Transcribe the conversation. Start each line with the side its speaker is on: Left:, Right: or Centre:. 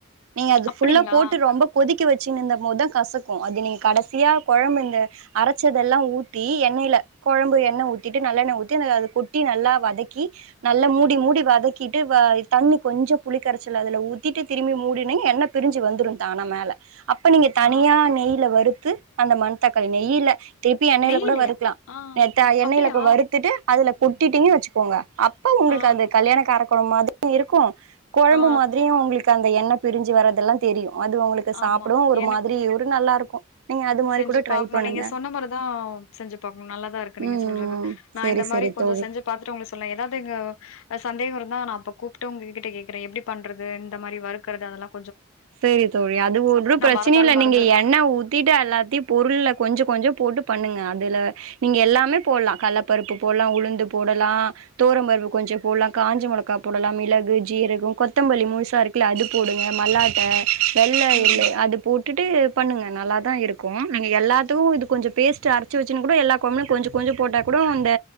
Right: நீங்க அது
Left: அப்படிங்களா?
Right: ஃபுல்லா போட்டு ரொம்ப கொதிக்க வ ச்ச நந்த மொத கசக்கு அது நீ கடசியா கொழம்பு இந்த அரச்சதெல்லா ஊத்தி எண்ணைல கொழம்பு எண்ண ஊத்தி டு நல்லெண்ண ஊத்தி <unintelligible> கொட்டி நல்லா வதக்கி நல்லா மூடி மூடி வதக்கிட்டு <unintelligible> தண்ணி கொஞ்சோ புலி கரச்சல அதுல ஊத்திட்டு திரும்பி முடினிங்க எண்ண பிரிஞ்சு வந்துரூ தானா மேல அப்ப நீங்க
Left: ஆ
Right: தனியா நெய்ல வறுத்து அந்த மண்தக்காளிய நெய்யில திப்பி எண்ணெயில
Left: நெய்லயா?
Right: கூட வருக்லா
Left: ஆ
Right: <unintelligible> எண்ணெய்ல
Left: அப்படியா?
Right: வருத்துட்டு அதுல கொட்டிட்டீங்க வச்சுக்கோங்க அப்ப உங்ளுக்கு
Left: ஆ
Right: அந்த கல்யாணக்காரத் கொழம்பு மாதிரி இருக்கு கொழம்பு
Left: ஆ
Right: மாதிரியு உங்களுக்கு அந்த எண்ண பிரிஞ்சு வரதெல்லா தெரியு அது உங்களுக்கு
Left: ஆமா.
Right: சாப்பிடு ஒரு
Left: எனக்கு
Right: மாதிரி ஒரு நல்லா இருக்கு நீங்க அது மாரி
Left: செஞ்சு
Right: கூட ட்ரை
Left: பாக்ணு
Right: பண்ணுங்க
Left: நீங்க சொன்ன மாரிதா செஞ்சு பாக்ணு நல்லாதா இருக்கு நீங்க
Right: ம்
Left: சொல்றது
Right: ம்
Left: நா
Right: சரி
Left: இந்த மாரி
Right: சரி
Left: கொஞ்ச
Right: தோழி
Left: செஞ்சு பாத்துட்டு உங்களுக்கு சொல்லே ஏதாவது இங்க சந்தேக இருந்தா நா அப்ப கூப்ட்டு உங்ககிட்ட கேக்குறே எப்டி பண்றது இந்த மாரி வருக்குறது அதெல்லா
Right: சேரி தோழி அது ஒரு பிரச்சனல்ல
Left: மறந்தாலும் மறந்துருவேன்.
Right: நீங்க எண்ணெ ஊத்திட்டு எல்லாத்தையு பொருள்ள கொஞ்ச கொஞ்ச போட்டு பண்ணுங்க அதுல நீங்க எல்லாமே போடலா கள்ளப்பருப்பு போடலா உளுந்து போடலா இப்பல்லா தோரம்பரு கொஞ்ச போடலா காஞ்ச மிளகா போடலா மிளகு ஜீரக கொத்தமல்லி முழுசா இருக்குல்ல அது போடுங்க மல்லாட்ட வெள்ள
Left: ம்.
Right: எள்ளு அது போட்டுட்டு பண்ணுங்க நல்லா தா இருக்கு நீங்க எல்லாத்துக்கு இது கொஞ்ச பேஸ்ட் அரச்சு வச்சுனு கூட எல்லா கொழம்ல கொஞ்ச கொஞ்ச போட்டா கூட அப்ற இந்த